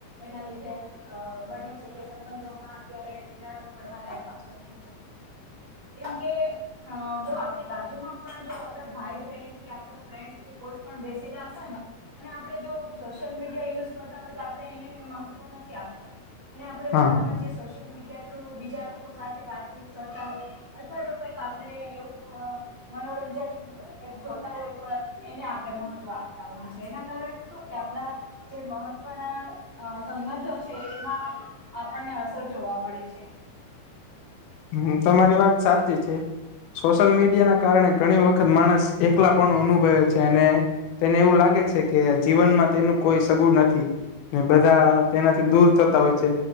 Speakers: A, on the right; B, on the left.
A: એના લીધે અ બને છે કે સંબંધોમાં અત્યારે તિરાડો પડવા લાગે છે અમુ કેમકે જો આપણે બાજુમાં પણ જો આપડા ભાઈ બહેન કે આપ ફ્રેન્ડ કે કોઈ પણ બેસેલા હશે ને અને આપડણે જો સોશિયલ મીડિયા યુઝ કરતા હોય તો આપણે એને મહત્વ નથી આપતા અને આપણે
B: હા
A: ફોનમાં જે સોશિયલ મીડિયા થ્રુ બીજા લોકો સાથે વાત કરતા હોય અથવા તો કઈક આપણે એવું અ મનોરંજન કઈક જોતા હોય તો એને આપણે મહત્વ આપતા હોય છે એના કારણે શું કે આપડા જે મહત્વના સંબંધો છે એમાં આપણને અસર જોવા મળે છે એની
B: હમ્મ તમારી વાત સાચી છે સોશિયલ મીડિયા ના કારણે ઘણી વખત વખત માણસ એકલા પણ અનુભવે છે અને તેને એવું લાગે છે કે જીવનમાં તેનું કોઈ સગું નથી ને બધા તેનાથી દૂર થતા હોય છે.